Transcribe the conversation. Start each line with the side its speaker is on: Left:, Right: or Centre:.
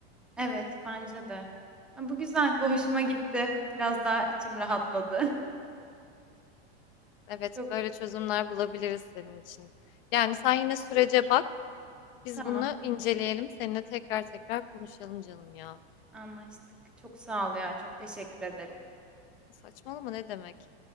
Centre: Evet, bence de. Ha, bu güzel. Bu hoşuma gitti. Biraz daha içim rahatladı. <laughs>
Left: Evet,
Centre: Çok
Left: böyle çözümler bulabiliriz senin için. Yani
Centre: vallahi
Left: sen yine
Centre: süper.
Left: sürece bak. Biz
Centre: Tamam.
Left: bunu inceleyelim. Seninle tekrar tekrar konuşalım canım ya.
Centre: Anlaştık. Çok sağ ol ya. Çok teşekkür ederim.
Left: Saçmalama ne demek?